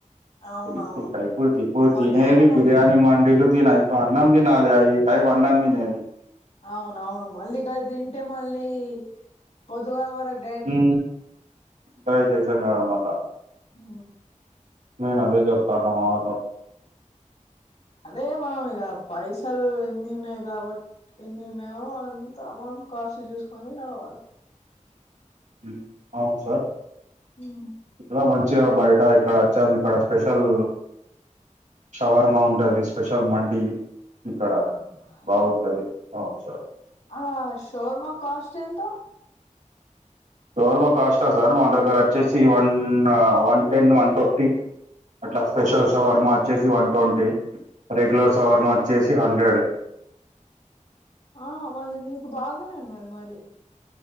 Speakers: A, on the left (about 55°); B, on the right (about 70°).
A: అవునవును
B: ఇప్పుడు ట ఇప్పుడు తి ఇప్పుడు
A: మనీ
B: తినేది
A: మనం
B: బిర్యానీ మండీలు తినైప్ ప అన్నం దినాలే ఆ ఈ టైమ్ అన్నం దినేది
A: అవునవును మళ్ళి ఇకా తింటే మళ్ళీ పొద్దుగాల వరక్
B: ఊ టై చేశాను గద మళ్ళ
A: ఊ
B: నేన్ అదే జెప్తాన్న మా వోళ్ళక్
A: అదే మనం ఇగా పైసల్ ఎన్ని ఉన్నయ్ గాబట్ ఎన్ని ఉన్నయో అంత మనం కాస్ట్ జూసుకొని నడవాలె
B: ఉ అవున్ సార్
A: ఊ
B: ఇట్లా మంచిగా బయట ఇక్కడ అచ్చాం ఇక్కడ స్పెషల్ షవర్మా ఉంటది స్పెషల్ మండీ ఇక్కడ
A: ఆహా
B: బా ఉంటది అవున్ సార్
A: ఆ షవర్మా కాస్ట్ ఎంత
B: శవర్మ కాస్టా సార్ మా దగ్గర అచ్చేసి వన్ ఆ వన్ టెన్ వన్ టొట్టి అట్లా స్పెషల్ సవర్మ ఒచ్చేసి వన్ టొంటీ రెగ్యులర్ సవర్మ ఒచ్చేసి హండ్రెడ్
A: ఆ మళ్ళి నీకు బాగనే ఉన్నది మరి